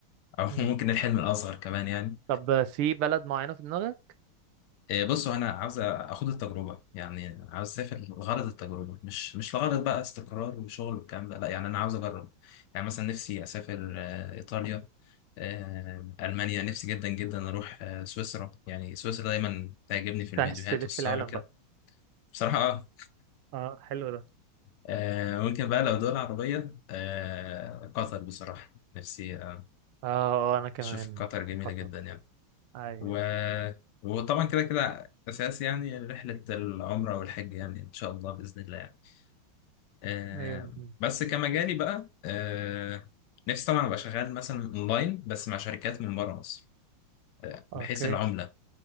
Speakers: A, on the left (about 75°); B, on the right (about 85°).
A: <laughs> او
B: مم.
A: ممكن الحلم الاصغر كمان يعني
B: طب في بلد معينه في دماغك
A: إيه، بصوا انا عاوز اخد التجربه يعني عاوز اسافر لغرض التجربه مش مش لغرض بقى استقرار وشغل والكلام ده لا يعني انا عاوز اجرب يعني مثلا نفسي اسافر آه، ايطاليا آه، المانيا نفسي جدا جدا اروح آه، سويسرا يعني سويسرا دايما تعجبني في
B: انت
A: الفيديوهات
B: عايز تلف
A: والصور
B: في العالم
A: كده
B: بقى
A: بصراحه اه
B: اه حلو ده
A: آه، ممكن بقى لو دول عربيه آه، قطر بصراحه نفسي آه،
B: اه آه، انا كمان
A: اشوف قطر جميله
B: خطر
A: جدا يعني
B: ايوه
A: و... وطبعا كده كده اساس يعني رحله العمره والحج يعني ان شاء الله باذن الله يعني آه
B: ايوه
A: بس كمجالي بقى آه نفسي طبعا ابقى شغال مثلا اونلاين بس مع شركات من بره مصر
B: اوكي
A: بحيث العمله